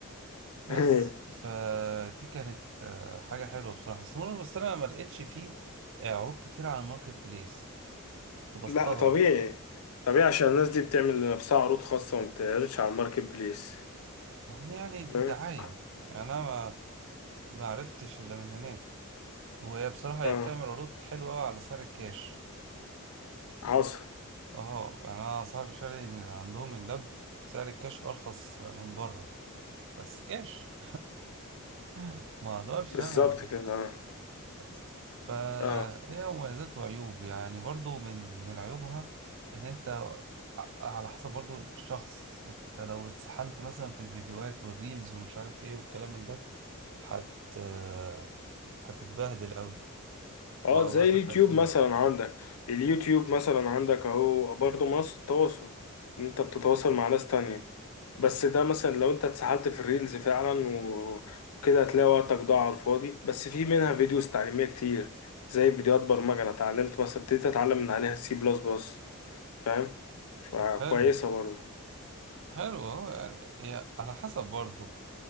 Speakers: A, on the right; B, on the left.
A: بس
B: <laughs>
A: فدي كانت آه، حاجة حلوة بصراحة بس مول البستان أنا ما لقيتش فيه آه، عروض كتير على الماركت بليس كنت بستغرب
B: لا طبيعي طبيعي عشان الناس دي بتعمل لنفسها عروض خاصة وما بتعرضش على الماركت بليس
A: يعني يعني دي
B: تمام؟
A: دعاية يعني أنا ما ما عرفتش إلا من هناك وهي بصراحة هي
B: اه
A: بتعمل عروض حلوة أوي على سعر الكاش
B: حصل
A: اه يعني أنا صاحب شاري من عندهم اللب سعر الكاش أرخص من بره بس كاش <laughs> ما أقدرش
B: بالظبط
A: أنا
B: كده اه
A: بس. فهي
B: اه
A: مميزات وعيوب يعني برضو من من عيوبها ان انت ع- على حسب برضو الشخص انت لو اتسحلت مثلا في الفيديوهات والريلز ومش عارف ايه والكلام من ده هت <hesitation> هتتبهدل قوي
B: اه زي
A: وقتك
B: اليوتيوب
A: هيطير
B: مثلا عندك اليوتيوب مثلا عندك اهو برضه منصة تواصل إن انت بتتواصل مع ناس تانية بس ده مثلا لو انت اتسحلت في الريلز فعلا و... وكده هتلاقي وقتك ضاع على الفاضي بس في منها فيديوز تعليمية كتير زي فيديوهات برمجة انا اتعلمت مثلا ابتديت اتعلم من عليها السي بلس بلس فاهم فكويسة
A: طب حلو
B: برضه
A: حلو اهو يعني هي على حسب برضو